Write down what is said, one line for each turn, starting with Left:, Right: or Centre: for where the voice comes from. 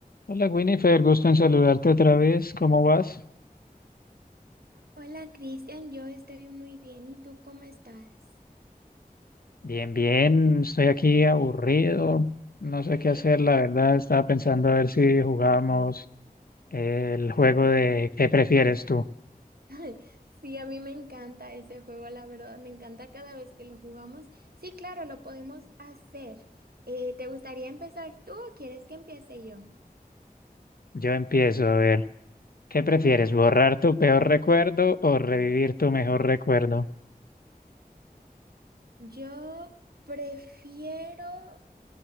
Left: Hola Winifred, gusto en saludarte otra vez. ¿Cómo vas?
Right: Hola Cristian, yo estoy muy bien. ¿Y tú cómo estás?
Left: Bien, bien, estoy aquí aburrido, no sé
Right: Sí,
Left: qué hacer, la verdad. Estaba pensando a ver si jugamos el juego de ¿qué prefieres tú?
Right: <laughs> sí, a mí me encanta ese juego, la verdad, me encanta cada vez que lo jugamos. Sí, claro, lo podemos hacer. Eh, ¿te gustaría empezar tú o quieres que empiece yo?
Left: Yo empiezo a ver, ¿qué prefieres?
Right: A ver,
Left: ¿Borrar tu peor recuerdo o revivir tu mejor recuerdo?
Right: Yo prefiero